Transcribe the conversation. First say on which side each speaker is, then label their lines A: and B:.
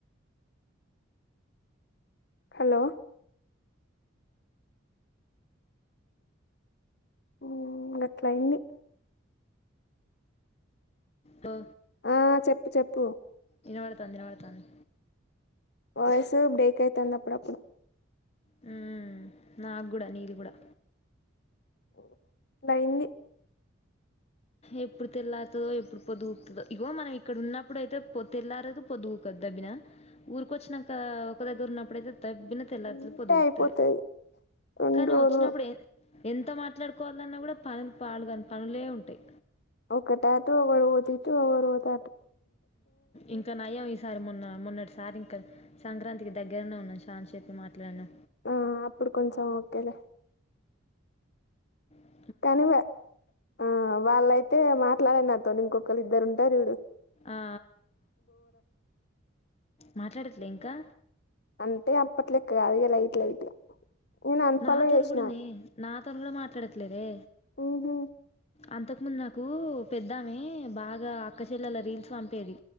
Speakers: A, on the left (about 55°); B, on the left (about 30°).
A: హలో ఉ గట్లయింది
B: ఆ
A: ఆ చెప్పు చెప్పు
B: ఇనబడతంది ఇనబడతంది.
A: వాయిస్ బ్రేక్ అయితాంది అప్పుడప్పుడు
B: హ్మ్ నాకు కూడా నీది కూడా
A: అట్లయిది
B: ఎప్పుడు తెల్లారుతుదో ఎప్పుడు పొదుగుతదో ఇగో మనం ఇక్కడ ఉన్నప్పుడు అయితే తెల్లారదు పొదుగుకదు దబ్బిన ఊరిక వచ్చాక ఒక <unintelligible> తబిన తెల్లతుది
A: ఉంటే
B: పొదుగుతుది
A: అయిపోతది రెండు
B: కానీ
A: రోజులు
B: వచ్చినప్పుడు ఏ ఎంత మాట్లాడుకోవాలన్నా కూడా పనులు పాలు కాని పనులే ఉంటాయి
A: ఒకటాట ఒకరు పోతట్టు ఒకరుత
B: ఇంకా నయం సారి మొన్న మొన్నటిసారి ఇంకా సంక్రాంతికి దగ్గరనే ఉన్నాను శాంత్ చెట్ మాట్లాడను
A: ఆ అప్పుడు కొంచెం ఓకేలే
B: అ
A: కానీ ఆ వాళ్ళయితే మాత్ర ఇట్ల నాతోని ఇకొకళ్రు ఇద్దరు ఉంటారు ఇడు
B: ఆ మాట్లాడట్లే ఇంకా
A: అంటే అప్పట్లెక్క కాదు ఇ లైట్ లైట్ నేను అన్ఫాలో
B: నాతలు
A: చేసిన
B: కూడాడ న నా తను కూడా మాట్లాడట్లేరే
A: ఆహ
B: అంతకుముందు నాకు పెద్దామే బాగా అక్కచల్లల రీల్స్ పంపేది